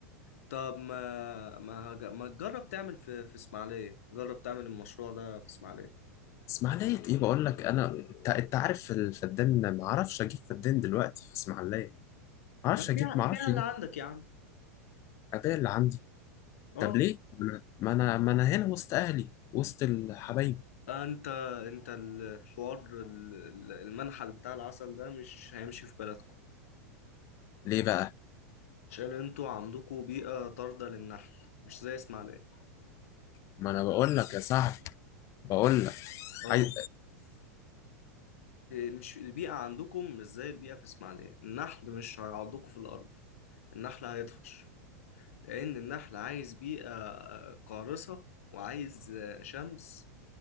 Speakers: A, on the left; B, on the left.
A: طب ما ما هج- ما تجرب تعمل في في اسماعيلية جرب تعمل المشروع ده في اسماعيلية
B: اسماعيليه ايه بقول لك انا انت انت عارف الفدان ما اعرفش اجيب فدان دلوقتي في اسماعيليه ما اعرفش
A: ما بيع
B: اجيب ما
A: بيع
B: اعرفش
A: اللي
B: اجيب
A: عندك يا عم
B: الاداه اللي عندي
A: اه
B: طب ليه ما انا ما انا ما أنا هنا وسط اهلي وسط الحبايب
A: انت انت الحوار ال- ال- المنحل بتاع العسل ده مش هيمشي في بلدكم
B: ليه بقى
A: عشان انتوا عندكم بيئة طاردة للنحل مش زي اسماعيلية
B: ما انا بقول لك يا صاحبي بقول
A: اه
B: عايز
A: مش البيئة عندكم مش زي البيئة في اسماعيلية النحل مش هيعضكم في الأرض النحل هيطفش لأن النحل عايز بيئة آه، قارصة وعايز آه، شمس